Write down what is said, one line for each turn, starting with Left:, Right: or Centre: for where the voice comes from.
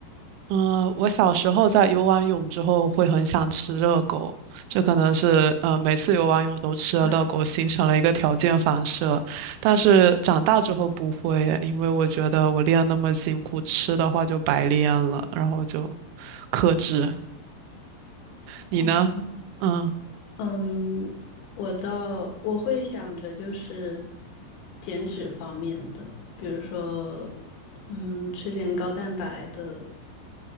Right: 嗯、呃我小时候在游完泳之后会很想吃热狗，这可能是呃每次游完泳都吃了热狗，
Left: 哇塞，
Right: 形成了一个条件反射。但是长大之后不会耶，因为我觉得我练那么辛苦，吃的话就白练了，然后就克制。你呢？
Left: 哦，
Right: 嗯，
Left: 嗯，我倒我会想着就是减脂方面的，比如说，嗯，吃点高蛋白的，